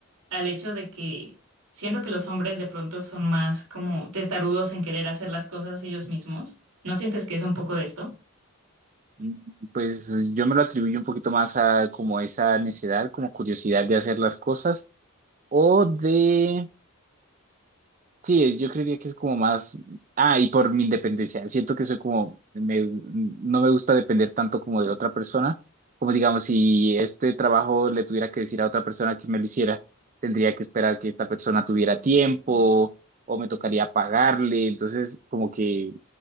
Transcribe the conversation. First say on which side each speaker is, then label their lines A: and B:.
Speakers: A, on the right; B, on the right.
A: al hecho de que siento que los hombres de pronto son más como testarudos en querer hacer las cosas ellos mismos? ¿No sientes que es un poco de esto?
B: Mm, Pues yo me lo atribuyo un poquito más a como esa necesidad, como curiosidad de hacer las cosas o de Sí, yo creería que es como más, ah, y por mi independencia, siento que soy como, me- no me gusta depender tanto como de otra persona, como digamos, si este trabajo le tuviera que decir a otra persona que me lo hiciera, tendría que esperar que esta persona tuviera tiempo o me tocaría pagarle, entonces como que